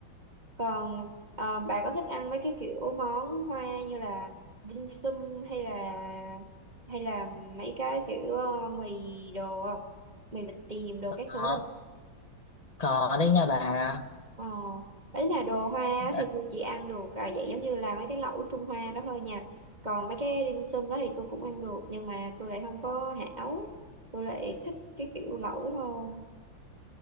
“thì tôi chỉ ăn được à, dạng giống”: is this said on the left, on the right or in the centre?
Right